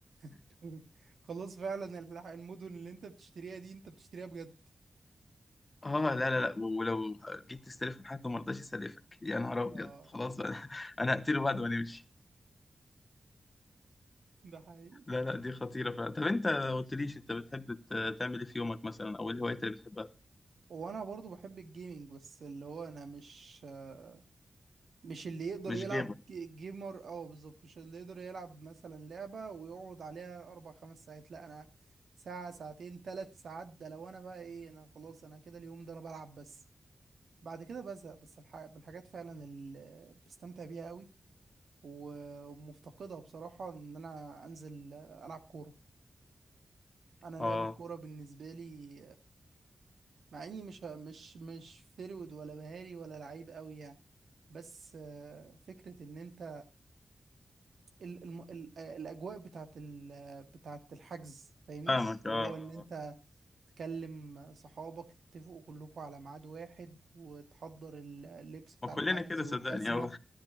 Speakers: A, on the right; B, on the left.
A: <laughs> خلاص فعلا الح- المدن اللي انت بتشتريها دي انت بتشتريها بجد
B: اه لا لا لا ولو جيت تستلف من حد وما رضاش يسلفك يا نهار ابيض
A: اه
B: خلاص بقى <laughs> انا هقتله بعد ما نمشي
A: <laughs> ده حقيقي
B: لا لا دي خطيره فعلا طب انت ما قلتليش انت بتحب ت- تعمل ايه في يومك مثلا او ايه الهوايات اللي بتحبها
A: وانا برضو بحب الجيمنج بس اللي هو انا مش آه، مش اللي يقدر
B: مش
A: يلعب
B: جيمك
A: ج- جيمر اه بالظبط مش اللي يقدر يلعب مثلا لعبة ويقعد عليها اربع خمس ساعات لا انا ساعة ساعتين ثلاث ساعات ده لو انا بقى ايه انا خلاص انا كده اليوم ده انا بلعب بس بعد كده بزهق بس الح... بالحاجات فعلا اللي بستمتع بيها قوي و- ومفتقدها بصراحة ان انا انزل العب كورة انا لعب
B: اه
A: الكوره بالنسبه لي مع اني مش مش مش فرود ولا مهاري ولا لعيب قوي يعني بس آه، فكره ان انت ال ال ال آه، الاجواء بتاعت ال بتاعت الحجز فاهمني
B: فاهمك
A: اللي
B: اه
A: هو ان انت
B: آه.
A: تكلم صحابك تتفقوا كلكم على ميعاد واحد وتحضر ال- اللبس بتاع
B: ما كلنا
A: الحجز
B: كده
A: والجزمه
B: صدقني اه